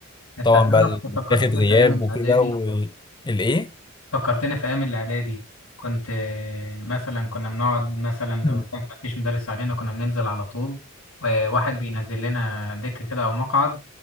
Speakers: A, on the left (about 85°); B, on the left (about 20°).
A: انت
B: طبعا
A: تعرف
B: بقى بتاخد
A: فكرتني
B: غياب
A: في ايام الاعدادي
B: وكده والايه
A: فكرتني في ايام الاعدادي كنت آه، مثلا كنا بنقعد مثلا لو
B: <clears throat>
A: كان ما فيش مدرس علينا كنا بننزل على طول وواحد بينزل لنا دكة كده او مقعد